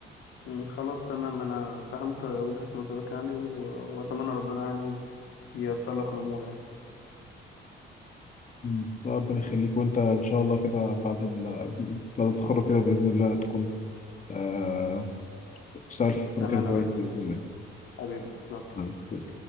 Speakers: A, on the left; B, on the left.
A: م، خلاص تمام انا فهمت وجهة نظرك يعني و- واتمنى ربنا يعني ييسر لك الامور يعني
B: مم. ربنا يخليك وأنت إن شاء الله كده بعد ال... بعد التخرج كده بإذن الله تكون آه، تشتغل في
A: تمام
B: مكان كويس
A: يا ريس
B: بإذن الله
A: حبيبي تسلم
B: آه، كويس